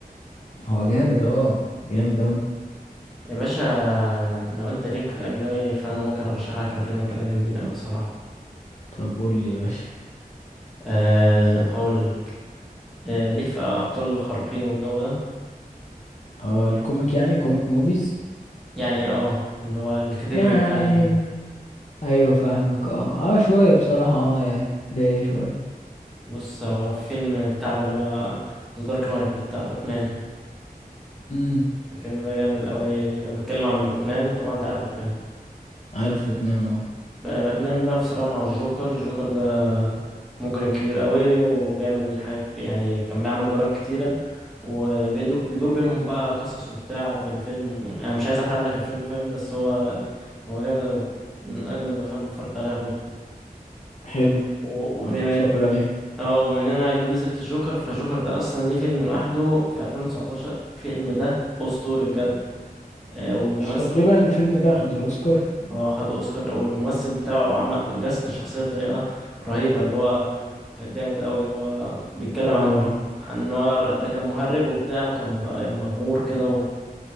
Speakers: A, on the left (about 50°); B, in the centre.
A: هو جامد اه جامد اوي
B: يا باشا لو انت ليك في الاجنبي فانا ممكن ارشح لك كام فيلم كده جامدين اوي صراحة
A: طب قول لي يا باشا
B: أه هقول لك أه ليك في ابطال الخارقين والجو ده
A: اه الكوميك يعني كوميك موفيز
B: يعني اه اللي هو الكاتيجوري
A: يعني
B: بتاع ال-
A: ايوه فاهمك اه اه شويه بصراحه اه يعني ليه شويه
B: بص هو في فيلم بتاع اللي هو ذا دارك نايت ده بتاع باتمان
A: امم
B: الفيلم ده جامد قوي وبيتكلم عن باتمان طبعا انت عارف باتمان
A: عارف باتمان اه
B: باتمان بقى في صراع مع الجوكر الجوكر ده مجرم كبير قوي وبيعمل حاجات يعني كان بيعمل جرائم كتيرة وبيدور بيدور بينهم بقى قصص وبتاع في الفيلم انا مش عايز احرق لك الفيلم فاهم بس هو هو جامد قوي من اجمد الافلام اللي اتفرجت عليها برضو
A: حلو
B: و- وبما
A: ابقى اتفرج
B: ان
A: عليه
B: اه وبما اننا جبنا سيرة الجوكر فالجوكر ده اصلا ليه فيلم لوحده في 2019 الفيلم ده اسطوري بجد آه، والممثل
A: مش تقريبا الفيلم ده اخد الاوسكار
B: اه خد اوسكار والممثل بتاعه عمل جسد الشخصيه بطريقه رهيبه اللي هو كان جامد قوي هو بيتكلم
A: اه
B: عن عن ان هو ده كان مهرج وبتاع وكان مغ- مغمور كده و...